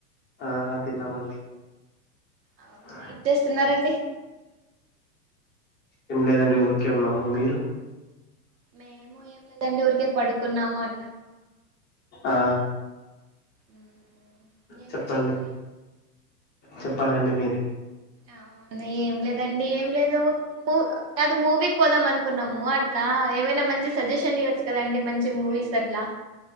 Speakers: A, on the left; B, on the right.
A: ఆ తిన్నామండి
B: అవునా
A: అ
B: ఏం చేస్తున్నారండి
A: ఏం లేదండి ఊరికే ఉన్నాము మీరు
B: మేము ఏం లేదండి ఊరికే పడుకున్నాము అట్లా
A: ఆ
B: మ్, ఏంటండి
A: చెప్పండి
B: మరి
A: చెప్పాలండి మీరే
B: అవునా ఏం లేదండి ఏం లేదు మూ కాదు ఏం లేదండి ఏం లేదండి కాదు మూవీకి పోదాం అనుకున్నాము అట్లా ఏవైనా మంచి సజెషన్ ఇవ్వచ్చు కదండి మంచి మూవీస్ అట్లా